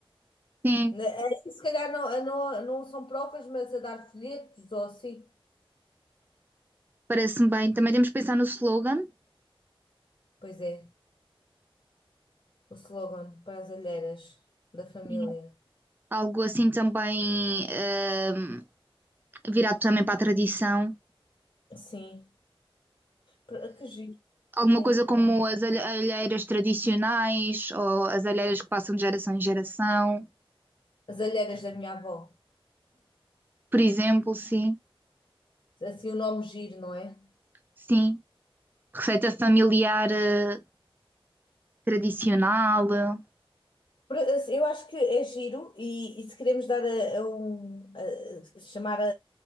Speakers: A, on the right; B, on the left.
A: sim,
B: Na- Aí, se calhar não, ah, não, não são provas, mas a dar folhetos ou assim.
A: parece-me bem. Também temos que pensar no slogan.
B: Pois é, o slogan para as alheiras da família.
A: Sim. Algo assim também ah, virado também para a tradição.
B: Sim, Para- que giro,
A: Alguma
B: sim.
A: coisa como as alhe- alheiras tradicionais ou as alheiras que passam de geração em geração,
B: As alheiras da minha avó.
A: por exemplo, sim,
B: Assim o nome giro, não é?
A: sim. Receita familiar eh, tradicional, eh,
B: Por- assim, Eu acho que é giro e, e se queremos dar a, a um a- chamar a